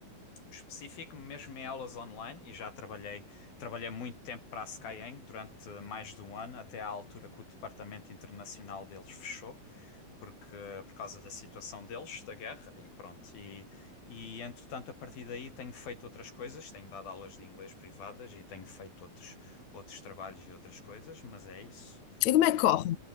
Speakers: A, on the left (about 85°); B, on the left (about 65°).
A: especifico-me mesmo em aulas online e já trabalhei, trabalhei muito tempo para a Skyeng durante mais de um ano, até à altura que o departamento internacional deles fechou. Porque, por causa da situação deles, da guerra, e pronto. E, e entretanto, a partir daí, tenho feito outras coisas, tenho dado aulas de inglês privadas e tenho feito outros, outros trabalhos e outras coisas, mas é isso.
B: E como é que corre?